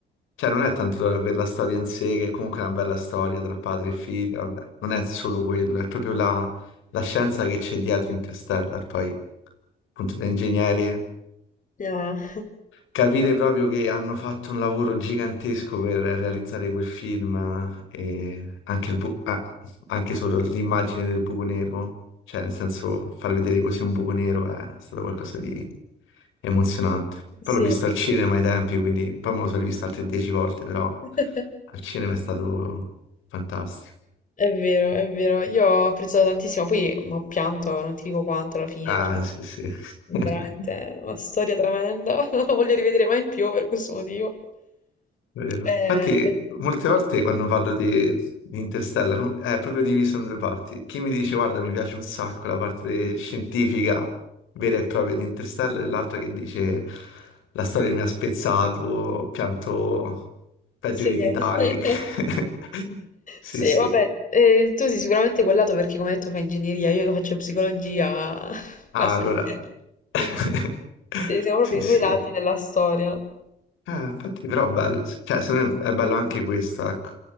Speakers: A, on the left (about 80°); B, on the left (about 40°).
A: Cioè, non è tanto dover avere la storia in sé, che è comunque una bella storia tra padre e figlio, vabbè, non è solo quello, è proprio la, la scienza che c'è dietro Interstellar, poi appunto da ingegneri.
B: Ah,
A: Capire proprio che hanno fatto un lavoro gigantesco per realizzare quel film e anche, il bu- ah, anche solo l'immagine del buco nero, cioè nel senso far vedere così un buco nero è stato qualcosa di emozionante. Poi
B: sì.
A: l'ho visto al cinema ai tempi, quindi poi me lo sono rivisto altre dieci volte, però
B: <laughs>
A: al cinema è stato fantastico.
B: È vero, è vero. Io ho apprezzato tantissimo. Poi ho pianto, non ti dico quanto alla fine,
A: Ah,
B: perché
A: sì, sì.
B: veramente
A: <laughs>
B: è una storia tremenda. <laughs> Non lo voglio rivedere mai più per questo motivo.
A: Vero.
B: Eh,
A: Infatti,
B: beh,
A: molte volte quando parlo di, di Interstellar no? è proprio diviso in due parti. Chi mi dice, guarda, mi piace un sacco la parte scientifica vera e propria di Interstellar, e l'altra che dice, la storia mi ha spezzato, ho pianto peggio
B: sì.
A: di Titanic.
B: <laughs>
A: <laughs> Sì,
B: Sì,
A: sì.
B: vabbè, eh, tu sei sicuramente quel lato perché come hai detto fai ingegneria, io che faccio psicologia, <laughs>
A: Ah,
B: la storia.
A: allora.
B: Quindi,
A: <laughs>
B: Sì, siamo proprio
A: Sì,
B: i
A: sì.
B: due lati della storia.
A: Eh, infatti, però è bello, cioè, secondo me è bello anche questo, ecco.